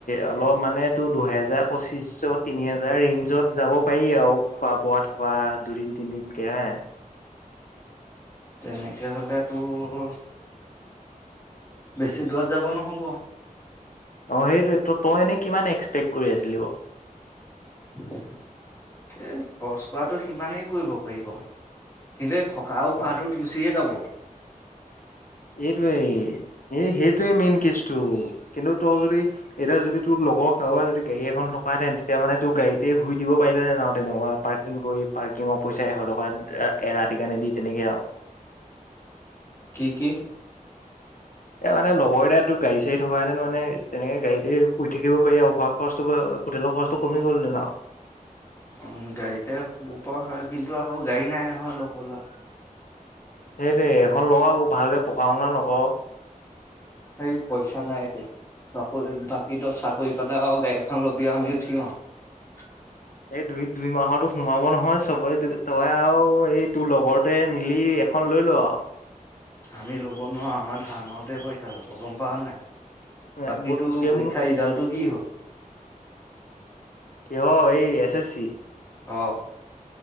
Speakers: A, on the left; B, on the left.
A: অলপ মানে টো দুহেজাৰ পঁচিশ শ তিনি হোজাৰ ৰেঞ্জত যাব পাৰি আৰু খোৱা বোৱা থকা দুদিন তিনদিনকে হয় নাই?
B: তেনেকে হ'লে তোৰ বেছি দূৰত যাব নহ'ব।
A: অ সেইটোয়ে ত তই এনেই কিমান এক্সপেক্ট কৰি আছিলি বাও।
B: এ খৰচ কৰাতটো সিমানেই কৰিব পাৰিব কিন্তু থকাও খোৱাটোত
A: অ
B: গুচিয়ে যাব।
A: এইটোৱেই এই সেইটোৱে মেইন কেছটো কিন্তু তোৰ যদি এতিয়া যদি তোৰ লগৰ কাৰোবাৰ যদি গাড়ী এখন থকাহেতেন তেতিয়া মানে তোৰ গাড়ীতে শুই দিব পাৰিলেঁতেন তেনেকুৱা পাৰ্কিং কৰি পাৰ্কিঙৰ পইচা এশ টকা এৰাতি কাৰণে দি তেনেকে আৰু
B: কি কি?
A: এ মানে লগৰ এ গাড়ী চাডী থকাহেতেন মানে তেনেকে গাড়ীতে শুই থাকিব পাৰি আৰু খোৱা খৰচটো হোটেলৰ খৰচটো কমি গ'ল দে ন আউ
B: উম গাড়ীতেই পৰা হয় কিন্তু আকৌ গাড়ী নাই নহয় লগৰ ল'ৰাৰ
A: সেইটোৱে এখন লগ আকৌ ভালকে পঢ়া শুনা নকৰ।
B: সেই পইচা নাই এতিয়া থ বাকী তো চাকৰি তাতে আৰু গাড়ী এখন লবি আৰু আমি উঠিম আৰু
A: এই দুই দুই মাহৰতো সোমাব নহয় চবেই তয়ে আৰু এই তোৰ লগৰতোয়ে মিলি এখন লৈ ল
B: আমি ল'ব নোৱাৰো আমাৰ ধাৰ মাৰোতে পইচা যাব গম পাৱ নে নাই?
A: আৰু
B: বাকীটো
A: তোতকে
B: পৰীক্ষা
A: মোৰ
B: ৰিজাল্টটো কি হ'ল?
A: কিয় এই এচ এছ ছি
B: অঁ,